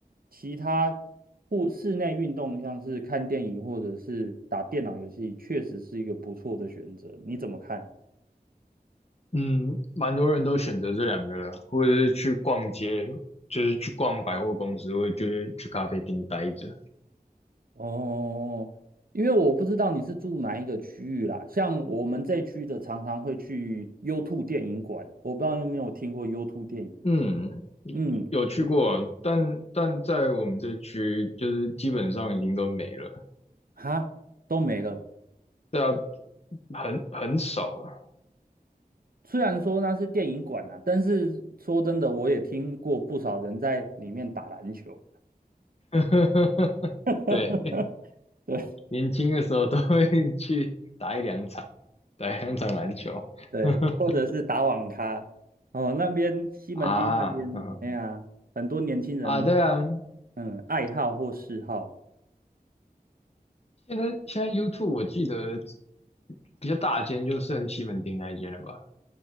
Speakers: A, on the right; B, on the left.
A: 其他户室内运动，像是看电影或者是打电脑游戏，确实是一个不错的选择。你怎么看？
B: 嗯，蛮多人都选择这两个的，或者是去逛街，就是去逛百货公司，或者就是去咖啡厅待着。
A: 哦，因为我不知道你是住哪一个区域啦，像我们这区的常常会去优兔电影馆，我不知道你有没有听过优兔电影。
B: 嗯，
A: 嗯，
B: 有去过，但但在我们这区，就是基本上已经都没了，
A: 哈，都没了。
B: 对啊，很很少了。
A: 虽然说那是电影馆啊，但是说真的，我也听过不少人在里面打篮球，
B: <laughs>
A: <laughs>
B: 对，
A: 对
B: 年轻的时候都会去打一两场。对，香港篮球 <laughs>
A: 对，对或者是打网咖。哦，那边西门町那边，
B: 啊，嗯
A: 哎呀，很多年轻人的
B: 啊，对啊，
A: 嗯爱好或嗜好，
B: 现在现在 YouTube 我记得比较大间就剩西门町那一间了吧？